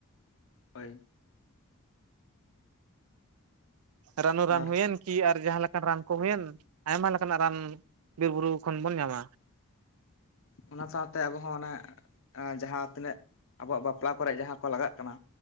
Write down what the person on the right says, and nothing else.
ᱨᱟᱹᱱᱩ ᱨᱟᱱ
ᱦᱩᱭᱮᱱ, ᱠᱤ ᱟᱨ ᱡᱟᱦᱟᱸ ᱞᱮᱠᱟᱱ ᱨᱟᱱ ᱠᱚ ᱦᱩᱭᱮᱱ ᱟᱭᱢᱟ ᱞᱮᱠᱟ ᱱᱟᱜ ᱨᱟᱱ ᱵᱤᱨ ᱵᱩᱨᱩ ᱠᱷᱚᱱ ᱵᱳᱱ ᱧᱟᱢᱟ᱾